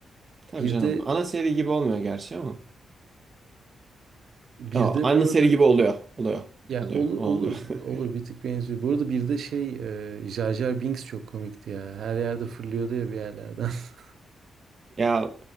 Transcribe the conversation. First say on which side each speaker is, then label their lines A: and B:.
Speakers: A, on the right; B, on the right.
A: Tabii
B: Bir
A: canım.
B: de
A: Ana seri gibi olmuyor gerçi ama.
B: bir
A: Ya,
B: de
A: ana
B: bu
A: seri
B: arada
A: gibi oluyor. Oluyor.
B: ya
A: Oluyor.
B: ol-
A: O
B: olur
A: oluyor. <laughs>
B: olur bir tık benziyor. Bu arada bir de şey e, Jar Jar Binks çok komikti ya. Her yerde fırlıyordu ya bir yerlerden. <laughs>
A: Ya